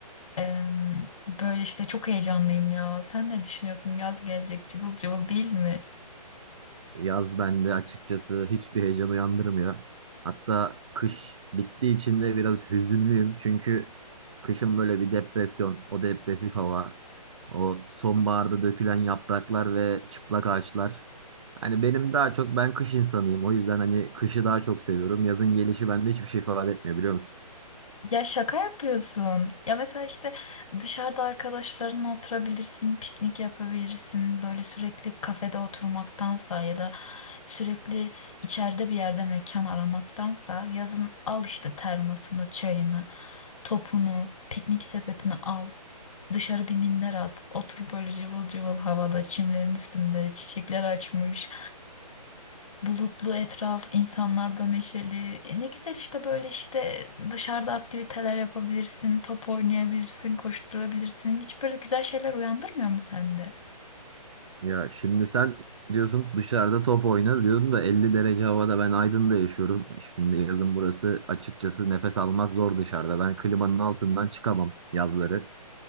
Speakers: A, on the left (about 55°); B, on the right (about 50°).
A: Eee, böyle işte çok heyecanlıyım ya. Sen ne düşünüyorsun? Yaz gelecek cıvıl cıvıl değil mi?
B: Yaz bende açıkçası hiçbir heyecan uyandırmıyor. Hatta kış bittiği için de biraz hüzünlüyüm. Çünkü kışın böyle bir depresyon, o depresif hava, o sonbaharda dökülen yapraklar ve çıplak ağaçlar. Hani benim daha çok ben kış insanıyım. O yüzden hani kışı daha çok seviyorum. Yazın gelişi bende hiçbir şey ifade etmiyor biliyor musun?
A: Ya şaka yapıyorsun. Ya mesela işte dışarıda arkadaşlarınla oturabilirsin, piknik yapabilirsin. Böyle sürekli kafede oturmaktansa ya da sürekli içeride bir yerde mekan aramaktansa yazın al işte termosunu, çayını, topunu, piknik sepetini al. Dışarı bir minder at. Otur böyle cıvıl cıvıl havada, çimlerin üstünde, çiçekler açmış. Bulutlu etraf, insanlar da neşeli. E, ne güzel işte böyle işte dışarıda aktiviteler yapabilirsin, top oynayabilirsin, koşturabilirsin. Hiç böyle güzel şeyler uyandırmıyor mu sende?
B: Ya şimdi sen diyorsun dışarıda top oyna diyordun da 50 derece havada ben Aydın'da yaşıyorum. Şimdi yazın burası açıkçası nefes almak zor dışarıda. Ben klimanın altından çıkamam yazları.